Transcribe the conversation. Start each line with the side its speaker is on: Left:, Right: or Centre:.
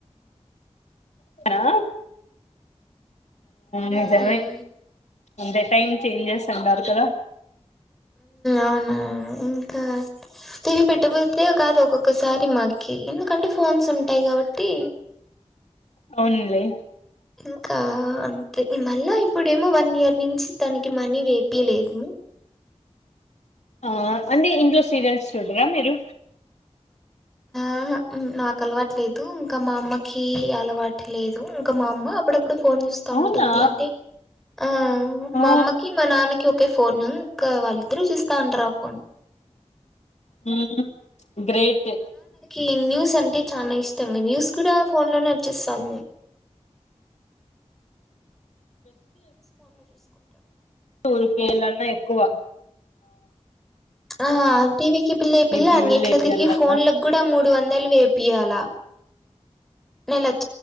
Left: అ నిజమే
Centre: ఉమ్
Left: అంత టైమ్ చేంజెస్ అంటారు కదా
Centre: అవును ఇంకా, టీవి పెట్టకపోతే కాదు ఒక్కొక్కసారి మాకి, ఎందుకంటే ఫోన్స్ ఉంటాయి కాబట్టి
Left: అవునండి
Centre: ఇంకా అంతే ఈ మళ్ళా ఇప్పుడేమో వన్ ఇయర్ నించి తనకి మనీ వేపియ లేదు
Left: ఆ అంటే ఇంట్లో సీరియల్స్ చుడరా మీరు
Centre: మ్మ్ హ్ నాకు అలవాటు లేదు ఇంక మా అమ్మకీ అలవాటు లేదు ఇంకా మ అమ్మ అప్పుడప్పుడు ఇప్పుడు ఫోన్ చూస్తా
Left: అవునా
Centre: ఉంటుంది అంటే ఆ
Left: ఆ
Centre: మా అమ్మకి మా నాన్నకి ఒకే ఫోన్ ఇంకా వాళ్ళిద్దరు చూస్తా ఉంటారు ఆ ఫోన్
Left: మ్మ్ గ్రేట్
Centre: ఈ న్యూస్ అంటే చాలా ఇష్టం న్యూస్ కూడా ఫోన్ లోనే చూస్తాం
Left: టీవీ చూడడం తక్కువ
Centre: ఆ టీవీకి బిల్
Left: బిల్లు
Centre: అన్నీట్లా
Left: లేపియాలన్నా
Centre: తిరిగి ఫోన్లకు కూడా మూడు వందలు వేపియాల నెలకు